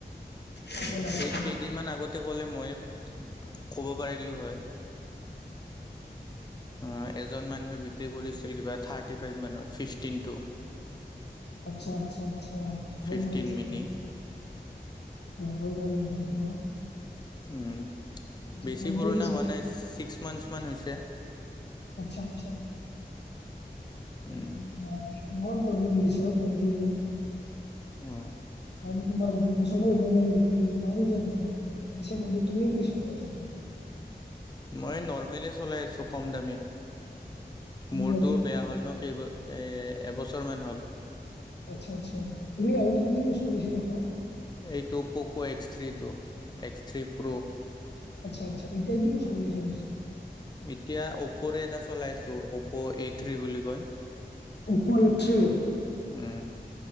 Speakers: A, on the left; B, on the left.
A: চাব লাগে
B: এই,
A: নেকি?
B: কেইদিনমান আগতে ক'লে ময়ে ক'ব পাৰিলো হয়, আহ, এজন মানুহে বিক ক্ৰী কৰিছিল কিবা থাৰ্টি ফাইভ মানত, ফিফটিন টু।
A: আচ্ছা, আচ্ছা। ল'ব‌ই
B: ফিফটিন
A: পাৰিলো
B: মিনি
A: <unintelligible> ল'বই পাৰিলো হয় ন।
B: উম, বেছি
A: প্ৰব্লেম
B: পুৰণা হোৱা নাই, ছিক্স মান্থছমান হৈছে।
A: আচ্ছা, আচ্ছা।
B: উম,
A: অ, ইমান প্ৰব্লেম দিছে অ, ফনটোৱে মোৰ।
B: উম।
A: আজি তোমাৰ দুবছৰো হোৱা নাই মোবাইলটো, ইমান যে প্ৰব্লেম। পিছে বন্ধু তুমি কি চলাই আছা এইটো?
B: মই নৰ্মেলে চলাই আছো, কম দামী।
A: কম
B: মোৰতো
A: দামী?
B: বেয়া হ'ল ন, কেইব এ এবছৰমান হ'ল।
A: আচ্ছা, আচ্ছা। তুমি আগতে কি ইউজ কৰিছিলা ফোন?
B: এইটো Poco X three two, X three pro.
A: আচ্ছা, আচ্ছা। এতিয়া কি ইউজ কৰিম ভাবিছা?
B: এতিয়া অপ'ৰে এটা চলাইছো, অপ' এ থ্ৰী বুলি কয়।
A: অপ' এ থ্ৰী।
B: উম,